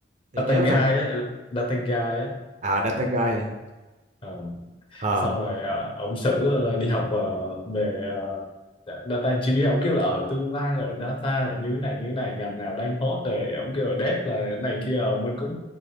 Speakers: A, on the right; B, on the left.
A: để
B: data
A: nhớ
B: guy
A: coi
B: á data guy á
A: à Data Guy à
B: ờ,
A: ờ
B: xong rồi uh, ông xử ờ, đi học ờ, về ờ, Dạ, data engineer ông kêu là ở tương lai là data là như thế này như thế này ngành nào đang hot rồi ông kêu là dev là thế này kia Ờ, mình cũng